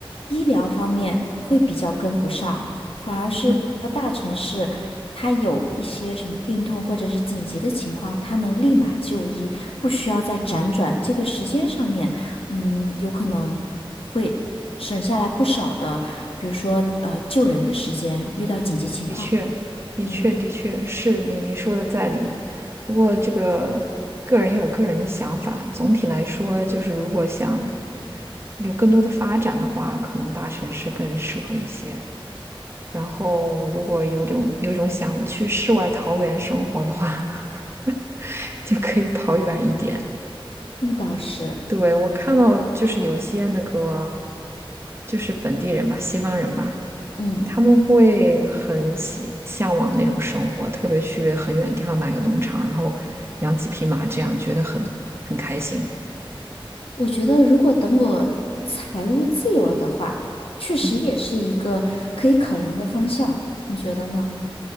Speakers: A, on the left; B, on the right.
A: 医疗方面会比较跟不上，反而是比如说大城市，
B: 嗯，
A: 他有一些什么病痛或者是紧急的情况，他能立马就医，不需要再辗转，这个时间上面，嗯，有可能会省下来不少的，比如说呃救人的时间，遇到紧急情况，
B: 的确，的确，
A: 嗯，
B: 的确是你你说的在理。不过这个个人也有个人的想法，总体来说，就是如果想有更多的发展的话，可能大城市更适合一些。然后如果有种有种想去世外桃源生活的话，<laughs> 就可以跑远一点。
A: 那倒是，
B: 对，我看到就是有些那个就是本地人吧，西方人吧，
A: 嗯。
B: 他们会很喜向往那种生活，特别去很远地方买个农场，然后养几匹马，这样觉得很很开心。
A: 我觉得，如果等我财务自由了的话，确实也是一个可以考量的方向，
B: 嗯，
A: 你觉得呢？